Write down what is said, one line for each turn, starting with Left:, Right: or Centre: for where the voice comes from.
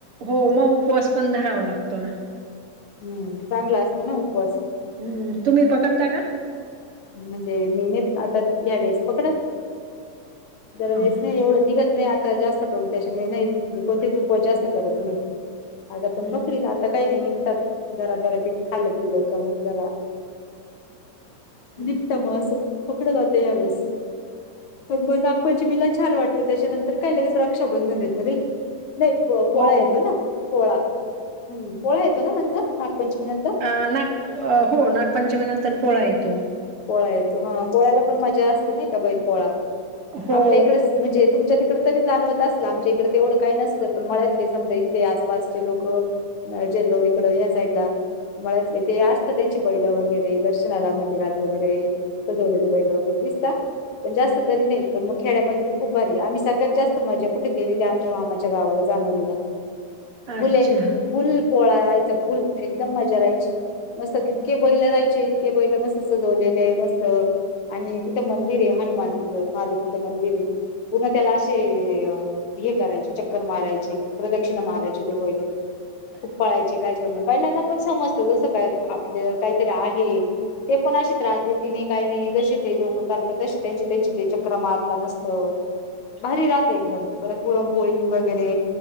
Right: हो मग उपवास पण धरावा लागतो ना,
Left: हम्म, चांगला असतं ना उपवास
Right: हम्म, तुम्ही पकडता का?
Left: म्हणजे निमीत आता यावेळेस पकडल. दरवेळेस
Right: हो हो
Left: नाही एवढं निघत नाही आता जास्त त्याच्यामुळे नाही कोणतेच उपवास जास्त करत नाही. आज आपण
Right: हम्म
Left: बकरीला आता काही नाही निघतात जरा जरा पैकी खाल्लं पिल्लं का मग जरा
Right: हम्म.
Left: निघतं मग असं पकडं जातं यावेळेस पण मग नागपंचमीला छान वाटतं त्याच्यानंतर काय लगेच रक्षाबंधन येतं नाही का. नाही प पोळा
Right: हो
Left: येतो ना पोळा हम्म पोळा येतो नंतर नागपंचमी नंतर
Right: अ नाग हो नागपंचमी नंतर पोळा येतो.
Left: पोळा येतो हा पोळ्याला पण मजा असते नाही का बैल पोळा
Right: हो
Left: आपल्या इकडेच म्हणजे तुमच्या तिकडं तरी जाणवत असेल आमच्या इकडे तेवढं काही नसतं पण मळ्यातले समजा इथले आसपासचे लोक जेदोरीकडं या साईड ला मळ्यातले ते असतात त्यांचे बैलं वगैरे दर्शनाला मंदिरात वगैरे सजवलेले बैल वगैरे दिसता. पण जास्त तरी नाही पण मग खेड्यामध्ये तर खूप भारी आम्ही सगळ्यात जास्त मजा कुठे केलेली आमच्या मामाच्या गावाला जाणोलीला.
Right: <inaudible> अच्छा
Left: फुले फुल पोळा राहायचा फुल एकदम मजा राहायची मस्त इतके बैल राहायचे इतके बैल मस्त सजवलेले मस्त आणि तिथं मंदिर आहे हनुमानच मारुतीचं मंदिर आहे. पुन्हा त्याला असे हे करायचे चक्कर मारायचे प्रदक्षिणा मारायचे ते बैले
Right: <inaudible>
Left: खूप पळायचे काही जण बैलांना पण समजतं जसं काय आपल्या काहीतरी आहे. ते पण अशी त्रास देते नाही काही नाही जशे ते लोकं करतात तशी त्यांचे त्यांचे ते चक्रा मारता मस्त
Right: <inaudible>
Left: भारी राहते एकदम परत पुुरणपोळी वगैरे